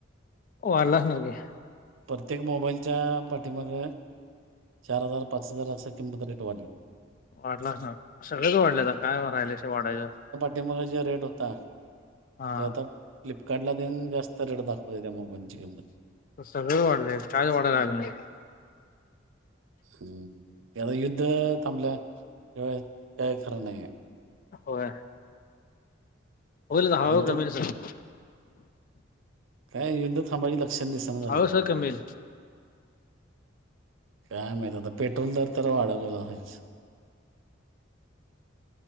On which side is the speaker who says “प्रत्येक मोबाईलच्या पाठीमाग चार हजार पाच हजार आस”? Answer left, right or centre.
Right